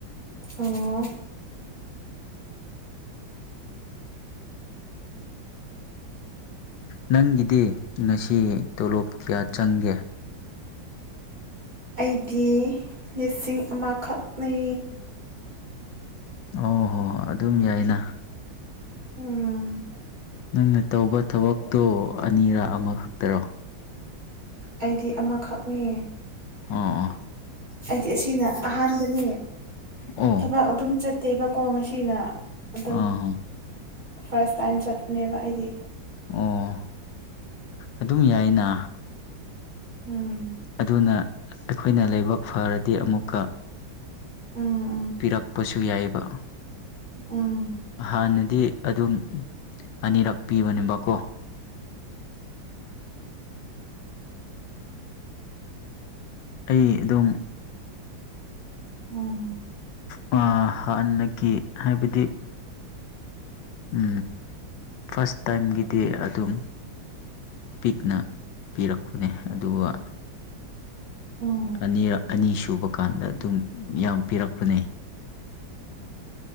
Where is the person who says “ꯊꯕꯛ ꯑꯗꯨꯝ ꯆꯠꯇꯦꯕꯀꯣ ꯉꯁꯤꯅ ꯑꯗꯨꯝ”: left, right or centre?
Right